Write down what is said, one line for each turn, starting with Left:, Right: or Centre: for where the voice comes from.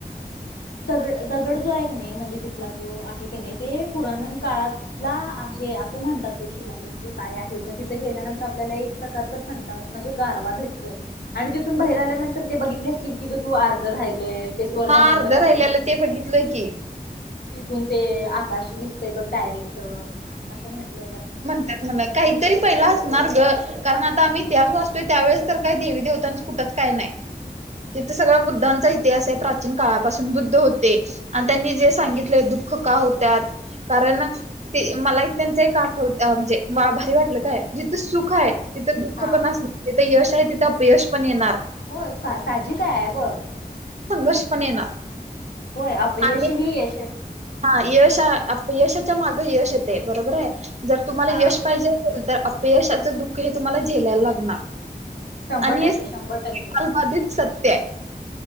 Left: दगड दगड जो आहे की नाही म्हणजे तिथला जो आहे की नाही ते पुराण काळात. ला आहे असं म्हणतात ते शिलाला. े काय आहे मग तिथे गेल्यानंतर आपल्याला एक प्रकारच थंड म्हणजे गारवा भेटत. आणि तिथून बाहेर आल्यानंतर ते बघितले असतील की ग तू आर्धर राहिलय. ते स्वर्ग
Right: हा
Left: मंडप
Right: अर्ध राहिल्याल
Left: असं म्हटलं
Right: ते
Left: जातं
Right: बघितलय की.
Left: तिथून ते आकाश दिसतय बघ डायरेक्ट असं म्हंटलं जातं ते.
Right: त्यात म्हन काहीतरी पहिला असणार ग. कारण आता आम्ही त्याच वाचतोय त्यावेेळेस तर काही देवी देवतांच कुठंच काय नाही. तिथ सगळ बुद्धांचा इतिहास आहे प्राचीन काळापासून बुद्ध होते. आणि त्यांनी जे सांगितलंय दुःख का होत्यात.. कारण ते मला एक त्यांच एक आठवत म्हणजे भारी वाटलं काय. जिथं सुख आहे
Left: हा
Right: तिथं दुःख
Left: हा
Right: पण असणार जिथे यश आहे तिथं अपयश पण येणार.
Left: होय साजिक काय आहे बघ.
Right: संघर्ष पण येणार
Left: होय अपयश
Right: आणि
Left: ही यश..
Right: हा यश अपयशाच्या मागे यश येते बरोबर आहे जर तुम्हाला
Left: हा
Right: यश पाहिजे.. तर अपयशाचं दुःख हे तुम्हाला झेलायला लागणार.
Left: शंभर
Right: आणि
Left: टक्के
Right: हे सलबाधित
Left: शंभर टक्के
Right: सत्य हाय.